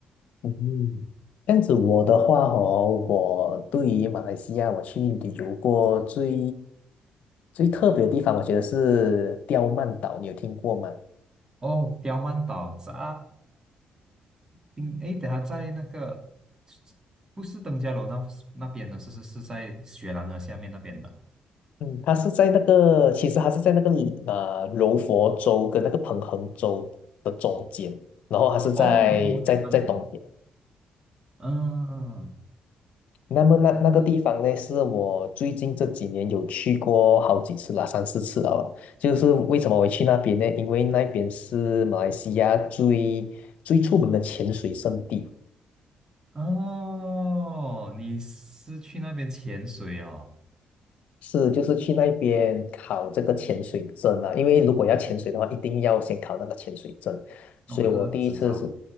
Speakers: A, on the left; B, on the right.
A: 嗯，这样子我的话哦，我对于马来西亚我去旅游过最最特别的地方，我觉得是刁曼岛，你有听过吗？
B: 哦，刁曼岛在冰，诶，等下在那个不是登嘉楼那那边的，是是是在雪兰莪下面那边的。
A: 嗯，它是在那个，其实它是在那个呃柔佛州跟那个彭亨州的中间，然后它是在在在东边。
B: 哦，东海岸的。嗯，
A: 那么那那个地方呢，
B: 刁曼，
A: 是我最近这几年有去过好几次了，三四次了吧。就是为什么我会去那边呢？因为那边是马来西亚最最出名的潜水圣地。
B: 哦，你是去那边潜水哦？
A: 是，就是去那边考这个潜水证啊，因为如果要潜水的话，一定要先考那个潜水证。
B: 哦，
A: 所以我第一次是，
B: 他的执照。